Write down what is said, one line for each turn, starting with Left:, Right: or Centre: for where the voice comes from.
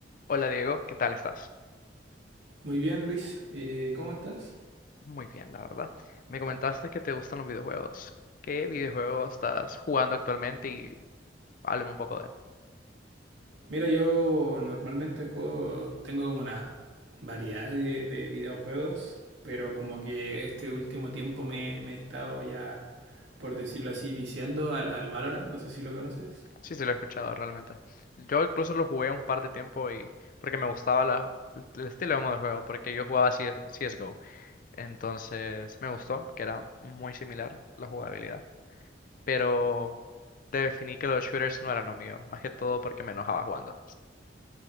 Left: Hola Diego, ¿qué tal estás?
Right: Muy bien, Luis. Eh, ¿cómo estás?
Left: Muy bien, la verdad. Me comentaste que te gustan los videojuegos. ¿Qué videojuego estás jugando actualmente? Y háblame un poco de él.
Right: Mira, yo normalmente juego, tengo como una variedad de, de videojuegos, pero como que este último tiempo me, me he estado ya, por decirlo así, viciando al, al Valorant, no sé si lo conoces.
Left: Sí, sí, lo he escuchado realmente. Yo incluso lo jugué un par de tiempo y porque me gustaba la- el estilo de modo de juego, porque yo jugaba CS CSGO. Entonces me gustó, que era muy similar la jugabilidad. Pero definí que los shooters no eran lo mío, más que todo porque me enojaba jugando.